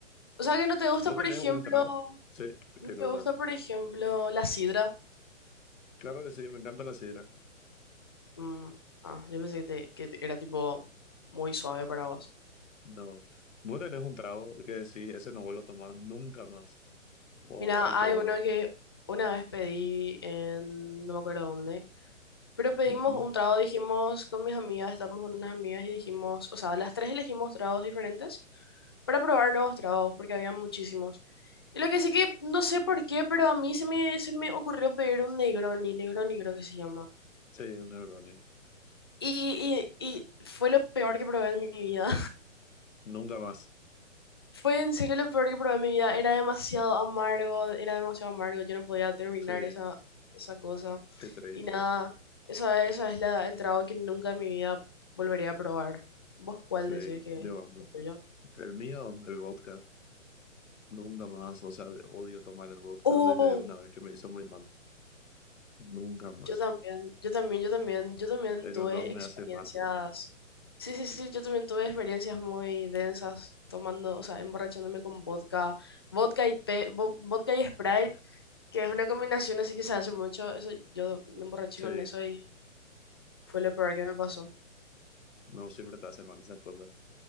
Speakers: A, on the left (about 20°); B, on the left (about 75°).
A: O sea que no te gusta,
B: ¿No
A: por
B: tenés
A: ejemplo,
B: un trago? Sí,
A: no
B: qué
A: te
B: cosa.
A: gusta, por ejemplo, la sidra.
B: Claro que sí, me encanta la sidra.
A: Mm, ah, yo pensé que, te- que te- era tipo muy suave para vos.
B: No. Mueren es un trago, que sí, ese no vuelvo a tomar nunca más. O
A: Mira,
B: alcohol.
A: hay uno que una vez pedí en, no me acuerdo dónde, pero pedimos
B: Ujú.
A: un trago, dijimos con mis amigas, estábamos con unas amigas y dijimos, o sea, las tres elegimos tragos diferentes para probar nuevos tragos, porque había muchísimos. Y lo que sí que, no sé por qué, pero a mí se me, se me ocurrió pedir un Negroni, Negroni creo que se llama.
B: Sí, neurones.
A: Y, y, y fue lo peor que probé en mi vida.
B: Nunca más.
A: Fue en serio lo peor que probé en mi vida. Era demasiado amargo, era demasiado amargo. Yo no podía terminar
B: Sí,
A: esa, esa cosa.
B: qué triste.
A: Y nada, esa, esa es la, el trago que nunca en mi vida volvería a probar. ¿Vos cuál
B: Sí,
A: decís que
B: de
A: es
B: verdad.
A: el tuyo?
B: El mío, el vodka. Nunca más. O sea, odio tomar el vodka
A: oh
B: desde una vez que me hizo muy mal. Nunca más.
A: Yo también, yo también, yo también, yo también
B: El
A: tuve
B: olor me
A: experiencias.
B: hace mal, bro.
A: Sí, sí, sí, yo también tuve experiencias muy densas tomando, o sea, emborrachándome con vodka, vodka y, pe vo- vodka y
B: <laughs>
A: Sprite que es una combinación así que se hace mucho. Eso, yo me emborraché
B: Sí,
A: con eso y fue lo peor que me pasó.
B: no siempre te hace mal esas cosas.